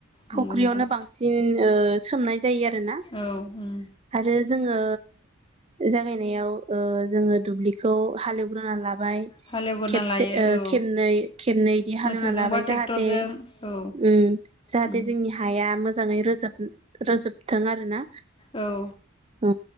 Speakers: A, on the right; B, on the left.
A: फुख्रियावनो
B: नंगौ नोंथां
A: बांसिन ओ सोमनाय जायो आरोना
B: औ उम
A: आरो जोङो जागायनायाव ओ जोङो दुब्लिखौ हालेवग्रोना लाब बाय
B: हालेवग्रोना
A: खेबसे
B: लायो
A: ओ
B: औ
A: खेबनै-खेबनै इदि हालेवना
B: मोसौजों
A: लाबाय
B: बा ट्रेक्टरजों
A: जाहाथे
B: औ
A: ओम जाहाथे
B: उम
A: जोंनि हाया मोज मोजाङै रोजोब-रोजोबथों आरो ना।
B: औ
A: ओ